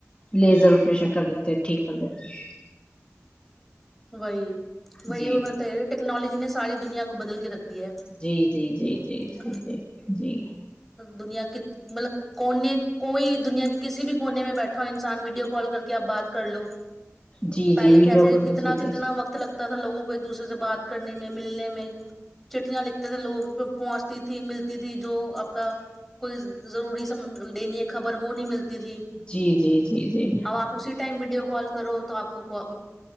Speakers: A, on the left; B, in the centre.
A: لیزر ا پریشا کر دیتے ٹھیک کر دیتے
B: وہی
A: ہیں۔
B: وہی
A: جی
B: وہ میں ٹیکنالوجی نے ساری دنیا کو بدل کے رکھ دیا ہے
A: جی جی جی جی
B: ہے
A: جی
B: نا
A: جی جی
B: دنیا کت مطلب کونے کوئی دنیا کے کسی بھی کونے میں بیٹھا ہو انسان ویڈیو کال کر کے آپ بات کر لو
A: جی
B: پہلے
A: جی ویڈیو
B: کیسے
A: کو تو
B: کتنا
A: جی
B: کتنا
A: جی
B: وقت لگتا تھا لوگوں کو ایک دوسرے سے بات کرنے میں ملنے میں چٹیاں لکھتے تھے لوگ پہنچتی تھی ملتی تھی جو کا کوئی ضروری سی لینی ہے خبر وہ نہیں ملتی تھی
A: جی جی جی
B: اب آپ اسی ٹائم ویڈیو کال کرو تو آپ کو